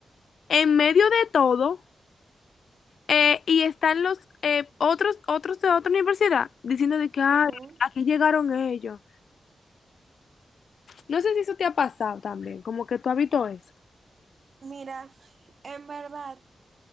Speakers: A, on the left; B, on the right.
A: en medio de todo eh, y están los eh, otros, otros de otra universidad diciendo de que, ay,
B: ujú.
A: aquí llegaron ellos. No sé si eso te ha pasado también, como que tú has visto eso.
B: Mira, en verdad,